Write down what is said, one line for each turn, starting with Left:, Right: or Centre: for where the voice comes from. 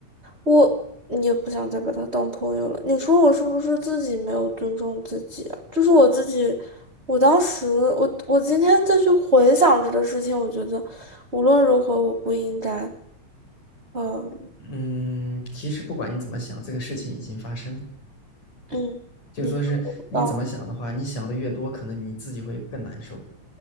Right: 我也不想再把他当朋友了。你说我是不是自己没有尊重自己啊？就是我自己，我当时，我我今天再去回想这个事情，我觉得无论如何我不应该，嗯
Left: 嗯，其实不管你怎么想，这个事情已经发生了。
Right: 嗯，
Left: 就说是你怎么想的话，
Right: 你说到了。
Left: 你想的越多，可能你自己会更难受。